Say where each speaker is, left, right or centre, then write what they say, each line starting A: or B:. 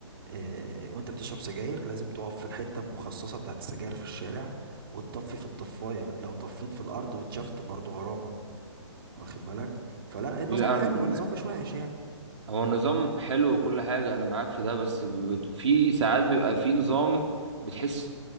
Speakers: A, on the right (about 50°); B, on the right (about 75°).
A: آه، وانت بتشرب سجاير لازم تقف في الحته المخصصه بتاعت السجاير في الشارع وتطفي في الطفايه لو طفيت في الارض واتشفت برضو غرامه واخد بالك فلا النظام
B: امم
A: حلو النظام مش وحش يعني
B: هو النظام حلو وكل حاجة أنا معاك في ده بس بت- في ساعات بيبقى في نظام بتحس